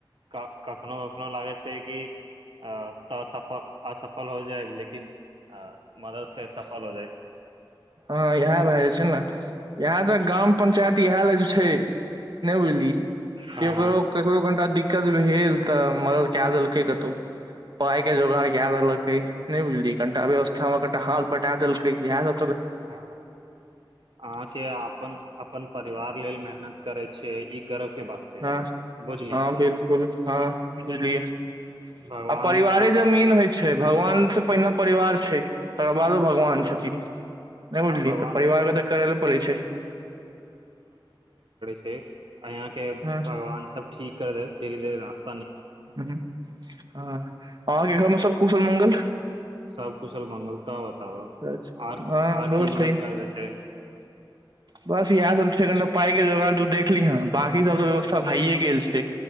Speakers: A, on the right; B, on the right.
A: क कखनो कखनो लागैत छै कि अ तऽ असफल असफल हो जायब लेकिन आ मदद से सफल हो जाइ
B: हां इएह भए जाइ छै ने इएह तऽ ग्राम पंचायत इएह लए जे छै नहि बुझलियै
A: हँ
B: ककरो
A: हँ
B: ककरो कनिटा दिक दिक्कत भेल तऽ मगर क देलकै कतहु पाई के जोगड़ क देलकै नहि बुझलिय कनिटा व्यवस्था मे कनिटा हाथ बटा देलक याद
A: अहाँके अपन अपन परिवार लेल मेहनत करे छै ई गर्व के बात छै
B: हँ
A: बुझली
B: हँ बिलकुल हँ बुझलियए
A: भगवान
B: आ परिवारे
A: सब
B: जमीन होइ छै छै भगवान से पहिने परिवार तकर बादो भगवान
A: हँ
B: छथिन नहि बुझलियै
A: भगवान
B: तऽ परिवारके तऽ करै ल पड़ै छै
A: ठीक यहाँ के भगवान
B: हँ
A: सब ठीक ै तरी दे ने
B: ह आ आ घर में सब कुशल मङ्ंगल
A: सब कुशल मंगल तावत
B: हँ
A: आर आर
B: हमरो
A: की
B: छै
A: मदद कर दैतै
B: बस इएह सब छै कनिटा पाइ के जोगार तू देखलीह ह बकी सब त व्यवस्था भइए गेल छै